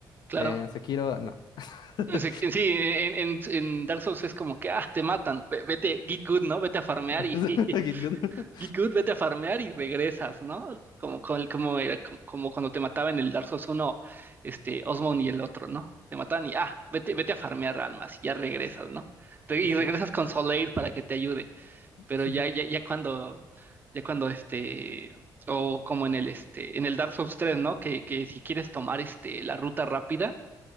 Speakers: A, on the right; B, on the left.
A: claro.
B: En Sekiro, no. <laughs>
A: En se- en Sí, en, en- en Dark Souls es como que, ah, te matan, ve- vete, get good, ¿no? Vete a farmear
B: <laughs>
A: y <laughs>
B: Kid Good.
A: Git Good, vete a farmear y regresas, ¿no? Como, como, como era, como, como cuando te mataba en el Dark Souls uno este, Osmond y el otro, ¿no? Te mataban y, ah, vete, vete a farmear almas y ya regresas, ¿no? Re- Y
B: <laughs>
A: regresas
B: Sí.
A: con Soleil para que te ayude,
B: <laughs>
A: pero ya, ya, ya cuando, ya cuando este, o como en el, este, en el Dark Souls tres ¿no? Que, que si quieres tomar, este, la ruta rápida,